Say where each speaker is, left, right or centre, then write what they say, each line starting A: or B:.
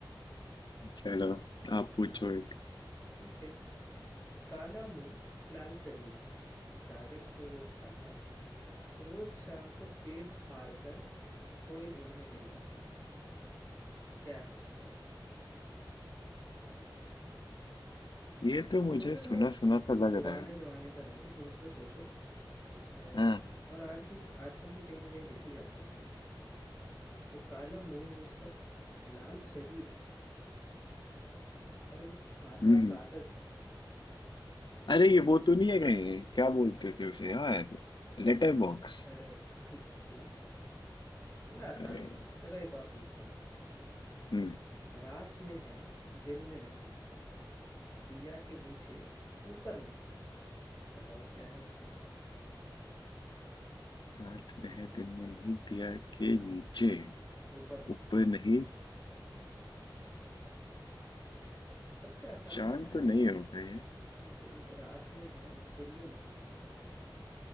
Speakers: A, on the left; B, on the left.
A: चलो आप पूछो एक
B: ठीक है काला मुंह लाल शरीर कागज को वो खाता रोज शाम को पेट फाड़ कर कोई उन्हें ले जाता क्या है बताओ
A: ये तो मुझे
B: सोचो
A: सुना
B: थोड़ा
A: सुना सा लग
B: पुराने
A: रहा है
B: जमाने का है ये थोड़ा सा सोचो इसमें
A: हम्म
B: और आज भी आजकल भी कहीं ना कहीं दिख ही जाता है ऐसा कुछ तो काला मुंह है उसका लाल शरीर है और वो खाता
A: हम्म
B: कागज है
A: अरे
B: कोई
A: ये वो
B: न...
A: तो नहीं है कहीं क्या बोलते थे उसे यार Letter box
B: अरे बिल्कुल सही यार बड़ा आसान
A: अरे
B: था चलो एक और पूछता हूँ
A: हम्म
B: रात में है दिन में नहीं दिया के नीचे ऊपर नहीं बताओ क्या है उसका नाम
A: रात में है दिन में नहीं दिया के नीचे
B: ऊपर नहीं
A: ऊपर नहीं
B: सबसे आसान
A: चांद
B: है यार
A: तो नहीं
B: ये तो
A: होगा ये
B: दिन रात में है दिन में नहीं है